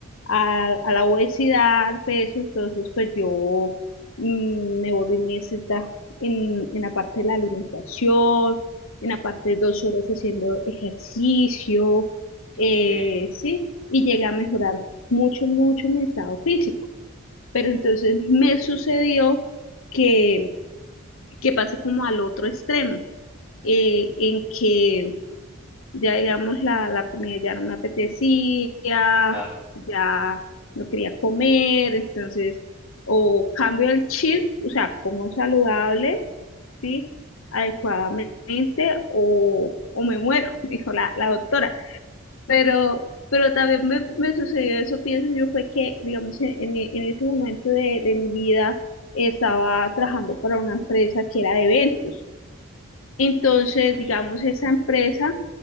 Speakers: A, on the left; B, in the centre.
A: a, a la obesidad, al peso, entonces pues yo mm, me volví muy estricta en, en la parte de la alimentación, en la parte de dos horas haciendo ejercicio,
B: Ok,
A: eh, sí, y llegué a mejorar mucho, mucho mi estado físico. Pero entonces me sucedió que, que pasé como al otro extremo, eh, en que ya, digamos, la, la comida ya no me apetecía,
B: claro.
A: ya no quería comer, entonces, o cambio el chip, o sea, como saludable, ¿sí? Adecuadamente,
B: Ujú,
A: o, o me muero, <laughs> dijo la, la doctora. Pero, pero también me, me sucedió eso, pienso yo, fue que, digamos, en, en e- en ese momento de, de mi vida estaba trabajando para una empresa que era de eventos. Entonces,
B: ok.
A: digamos, esa empresa